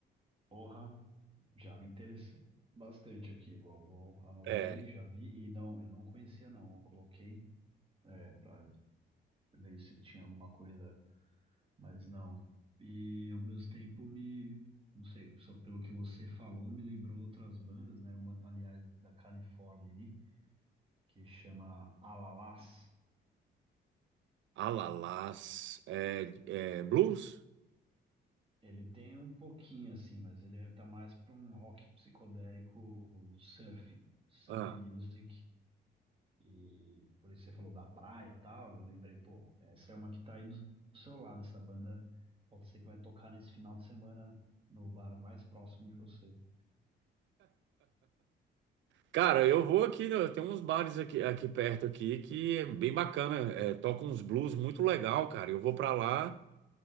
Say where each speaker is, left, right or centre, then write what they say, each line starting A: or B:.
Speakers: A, on the right (about 30°); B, on the right (about 70°).
A: Porra, já me interessei bastante aqui, vou, vou- anotei,
B: É,
A: já vi e não, eu não conhecia não, eu coloquei é, para ver se tinha alguma coisa, mas não. E ao mesmo tempo me, não sei, só pelo que você falou, me lembrou outras bandas, né? Uma, aliás, da Califórnia aí, que chama Alalás.
B: Alalás, é, é, Blues?
A: Ele tem um pouquinho assim, mas ele é, tá mais para um rock psicodélico surf, surf
B: Ah.
A: music E por isso você falou da praia e tal, eu lembrei, pô, essa é uma que tá aí do seu lado, essa banda pode ser que vai tocar nesse final de semana no bar mais próximo de você.
B: Cara, eu vou aqui, né, tem uns bares aqui, aqui perto aqui que é bem bacana, é, toca uns blues muito legal, cara. Eu vou pra lá